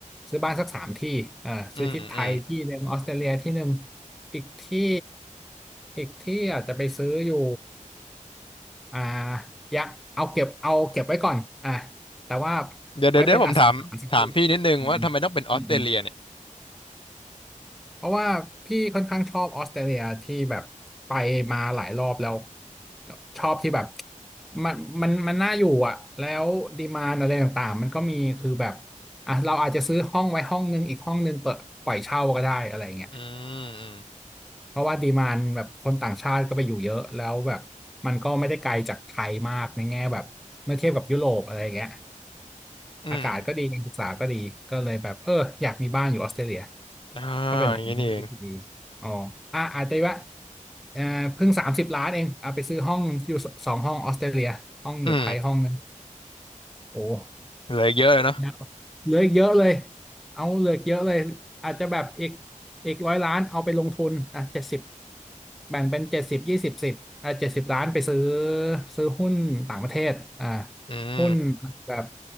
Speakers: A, in the centre; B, on the left.
A: ซื้อบ้านสักสามที่เออซื้อที่ไทยที่หนึ่งออสเตรเลียที่หนึ่ง
B: อืมอืม
A: อีกที่อีกที่อาจจะไปซื้ออยู่อ่าอยังเอาเก็บเอาเก็บไว้ก่อนอ่ะแต่ว่า
B: เดี๋ยวเดี๋ยวเดี๋ยวผมถามถามพี่นิดนึงว่าทำไมต้องเป็นออสเตรเลียเนี่ย
A: ไว้เป็นอสังหาสักทีอืมอืม เพราะว่าพี่ค่อนข้างชอบออสเตรเลียที่แบบไปมาหลายรอบแล้วแล้วชอบที่แบบมันมันมันน่าอยู่อ่ะแล้วดีมานอะไรต่างๆมันก็มีคือแบบอ่ะเราอาจจะซื้อห้องไว้ห้องนึงอีกห้องนึงเปิดปล่อยเช่าก็ได้อะไรเงี้ย
B: อืมอืม
A: เพราะว่าดีมานแบบคนต่างชาติก็ไปอยู่เยอะแล้วแบบมันก็ไม่ได้ไกลจากไทยมากในแง่แบบเมื่อเทียบกับยุโรปอะไรเงี้ย
B: อืม
A: อากาศก็ดีการศึกษาก็ดีก็เลยแบบเอออยากมีบ้านอยู่ออสเตรเลีย
B: อ่า
A: ก็เป็นทางเลือกที่ดี
B: อย่างนี้นี่เอง
A: อ๋ออ่ะอาจจะว่าเอ่อเพิ่งสามสิบล้านเองเอาไปซื้อห้องอยู่สองห้องออสเตรเลียห้องอยู่ไทยห้องนึง
B: อืม
A: โอ้
B: เหลืออีกเยอะเลยเนาะ
A: ยาวเหลืออีกเยอะเลยเอาเหลืออีกเยอะเลย อาจจะแบบอีกอีกร้อยล้านเอาไปลงทุนอ่ะเจ็ดสิบแบ่งเป็นเจ็ดสิบยี่สิบสิบอ่ะเจ็ดสิบล้านไปซื้อซื้อหุ้นต่างประเทศอ่า
B: อืม
A: หุ้นแบบ